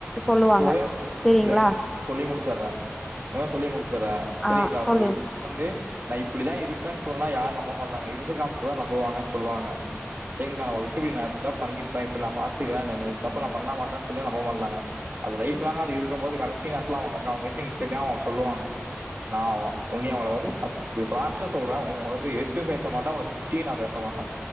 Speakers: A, in the centre; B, on the right (about 45°).
A: சொல்லுவாங்க
B: ஒரே
A: செரிங்களா
B: இல்லங்க சொல்லி முடிச்சறே அதா சொல்லி முடிச்சறே செரிங்களா
A: ஆ சொல்லி
B: புதுவி வந்து நா இப்படிதா இருப்பேன்னு சொன்னா யாரு நம்ப மாட்டாங்க இருந்து காமிச்சாதா நம்புவாங்கன்னு சொல்லுவாங்க செரிங்க நா ஒரு விஷயபடி நா இப்டிதா பண்ணிப்பேன் இப்டி நா பாத்துக்கிறேன் நா இந்தமாரி தப்ப நா பண்ண மாட்டேன்னு சொல்ல நம்ப மாட்டாங்க அது லைப் லாங்கா அது இருக்கு போது கடைசி நேரத்துல அவங்க அக்கா அவங்க கிட்ட நீங்க கேட்டா அவங்க சொல்லுவாங்க நா உ உன்னிய அவங்கள வந்து சாத்து இப்ப பிராமிசா சொல்றே உன்னய உன்னய வந்து எதுத்து பேசமாட்டே உனன திட்டியு நா பேச மாட்டே